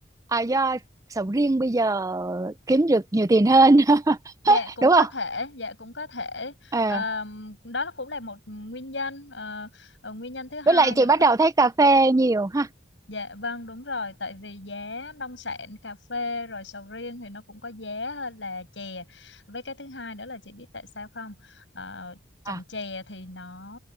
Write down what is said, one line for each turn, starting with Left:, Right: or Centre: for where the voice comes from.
Right: à, do sầu riêng bây giờ kiếm được nhiều tiền hơn <laughs>
Left: dạ cũng
Right: đúng
Left: có
Right: không
Left: thể dạ cũng có thể
Right: Ờ.
Left: Ờm, đó cũng là một nguyên nhân Ờ, ờ, nguyên nhân thứ hai
Right: với lại
Left: nữa
Right: chị bắt đầu thấy cà phê nhiều ha
Left: dạ vâng đúng rồi tại vì giá nông sản cà phê rồi sầu riêng thì nó cũng có giá hơn là chè với cái thứ hai nữa là chị biết tại sao không Ờ, trồng
Right: à
Left: chè thì nó